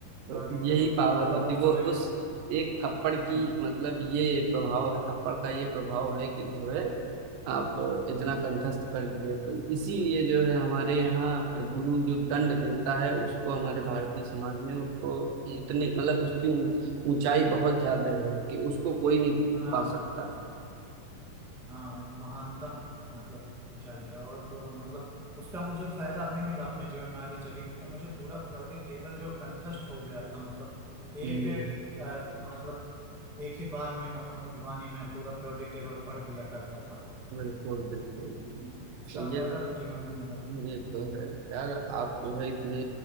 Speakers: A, in the centre; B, on the right (about 80°).
A: पीरियोडिक
B: तो यही
A: टेबल तो
B: पावर
A: मतलब
B: होती
A: वो
B: है।
A: समय
B: वो उस
A: के
B: एक थप्पड़ की
A: हम्म
B: मतलब ये प्रभाव है थप्पड़ का ये प्रभाव है कि जो है आप इतना
A: हम्म
B: कंठस्थ कर लिए तो इसीलिए जो है हमारे यहाँ गुरु जो दंड देता है उसको हमारे भारतीय समाज में उसको इतने मतलब उसकी ऊं- ऊंचाई बहुत ज्यादा है कि उसको कोई नहीं
A: हाँ
B: पा सकता है
A: हाँ वो महानतम मतलब ऊंचाई है और तो और मतलब उसका मुझे फायदा अभी मिला अपने जीवन में आगे चल के क्योंकि मुझे पूरा पीरियोडिक टेबल जो कंठस्थ हो गया था मतलब एक
B: हम्म,
A: अ, मतलब एक ही बार में मतलब मुझ वाणी में पूरा पीरियोडिक टेबल पढ़ दिया करता था
B: बिल्कुल बिल्कुल
A: हम्म, इसका
B: तो
A: फायदा
B: ये
A: तो जीवन में मिला है।
B: ये तो
A: हम्म,
B: है यार आप जो है इतने